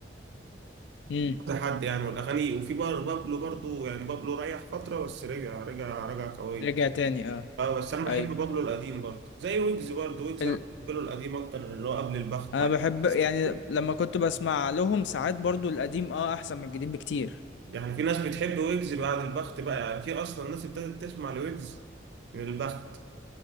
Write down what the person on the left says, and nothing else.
امم
رجع تاني اه
ايوه
ال...
انا
بحب
يعني لما كنت بسمع لهم ساعات برضو القديم اه احسن من الجديد بكتير